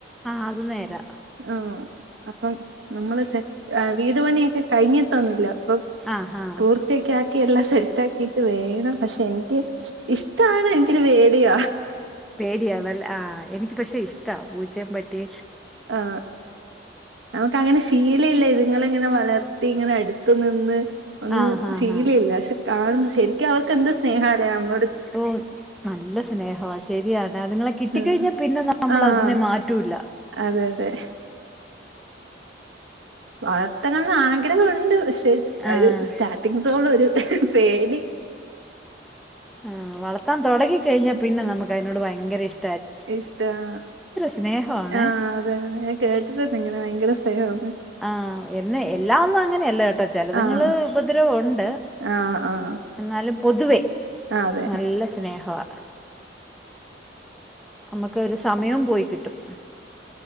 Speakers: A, in the centre; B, on the right (about 90°).
A: ആ അത് നേരാ
B: ആ അപ്പം നമ്മള് സെറ്റ് വീടു പണിയൊക്കെ കഴിഞ്ഞിട്ടൊന്നുല്ല അപ്പം
A: ആ ഹാ
B: പൂർത്തിയക്ക ക്കി എല്ലാം സെറ്റ് ആക്കിട്ട് വേണം പക്ഷെ എനിക്ക് ഇഷ്ടമാണ് എനിക്കൊരു പേടിയ
A: പേടിയണല്ല ആ എനിക്ക് പക്ഷെ ഇഷ്ട പൂച്ചയും പട്ടി
B: ആ ആ നമുക്ക് അങ്ങനെ ശീല ഇല്ല ഇതുങ്ങള ഇങ്ങനെ വളർത്തി ഇങ്ങനെ അടുത്തു നിന്ന് ഒന്നും
A: ആഹ് ആഹ്
B: ശീലില്ല
A: ആഹ്
B: പക്ഷെ കാണു ശരിക്കും അവർക്ക് എന്ത് സ്നേഹ അല്ലേ നമ്മ
A: ഓ നല്ല സ്നേഹവാ ശരിയാണ് അതുങ്ങളെ കിട്ടിക്കഴിഞ്ഞാ
B: ആഹ്
A: പിന്നെ നമ്മൾ
B: ആഹ്
A: അതിനെ മാറ്റൂല്ല
B: അതെ അതെ വളർത്തണംന്ന് ആഗ്രഹുണ്ട് പക്ഷെ
A: ആഹ്
B: ഒരു സ്റ്റാർട്ടിംഗ് പ്രോബ്ലം ഒരു പേടി
A: ആ വളർത്താ തുടിങ്ങിക്കഴിഞ്ഞാ പിന്നെ നമക്ക് അതിനോട് ഭയങ്കര ഇഷ്ടം
B: ഇഷ്ട ആ
A: സ്നേഹവാണേ
B: ആ അതെതെ ഞാൻ കേട്ടിട്ടുണ്ട് ഇങ്ങനെ ഭയങ്കര സ്നേഹം
A: ആ എന്ന് എല്ലാം ഒന്നും അങ്ങനെയല്ല കേട്ടോ ചിലതുങ്ങള്
B: ആഹ്
A: ഉപദ്രവം ഉണ്ട്
B: ആഹ് ആഹ്
A: എന്നാലും പൊതുവേ
B: ആഹ് അതെ
A: നല്ല സ്നേഹവാ നമുക്ക്‌ ഒരു സമയവും പോയി കിട്ടും